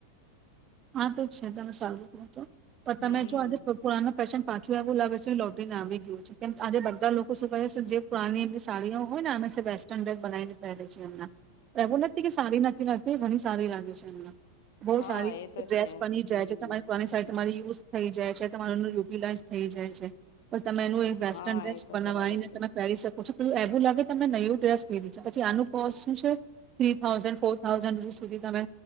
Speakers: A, on the right; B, on the left.
A: હા તો છે તમે સાલું કરો તો તો તમે
B: હમ
A: જો આજે થ પુરા ફેશન પાછું એવું લાગે છે લોટીને આવી ગયું છે કેમ આજે બધા લોકો શું કહે છે જે પુણી એમની સાડીઓ હોય ને અમે વેસ્ટર્ન ડ્રેસ બનાવીને પહેરે છે એમના પણ એવું નથી કે સારી નથી લાગતી એ ઘણી સારી લાગે છે એમને બહુ
B: હા
A: સારી
B: એ તો
A: ડ્રેસ
B: છે
A: બની
B: હમ
A: જાય છે તમારી પોની સા તમારી યુઝ થઈ જાય છે તમારોર યુટિલાઈઝ થઈ જાય છે પણ તમે એનું એક વેસ્ટર્ન
B: હા
A: ડ્રેસ
B: એ તો
A: બનાવાઈ
B: બરાબર
A: ને
B: કયો
A: તમે પહેરી શકો ઓછ પેલું એવું લાગે તમે નયું ડ્રેસ કીધી છે પછી આનું કોસ્ટ શું છે થ્રી થાઉઝન્ડ ફોર થાઉઝન્ડ ર સુધી તમે